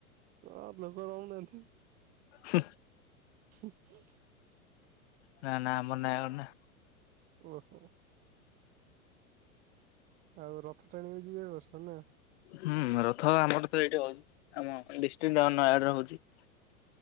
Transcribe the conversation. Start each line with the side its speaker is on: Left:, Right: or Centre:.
Right: ହ ଲୋକ ରହୁନାହାନ୍ତି।
Left: ହେ
Right: ହ <unintelligible>
Left: ନା ନା ଆମ ନା ଅନା।
Right: ଓହୋ। ଆଉ ରଥ ଟାଣିବାକୁ ଯିବେ ଏ ବିର୍ଷ ନା
Left: ହୁଁ ରଥ ଆମର ତ ଏଇଟି ହଉଛି ଆମ ଡିଷ୍ଟ୍ରିକଟ ନୟାଗଡରେ ହଉଛି।